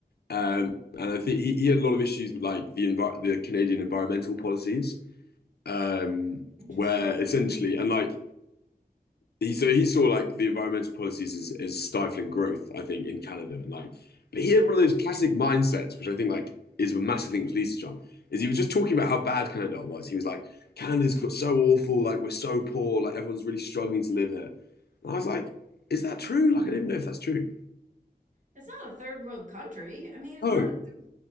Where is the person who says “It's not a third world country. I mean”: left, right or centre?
Right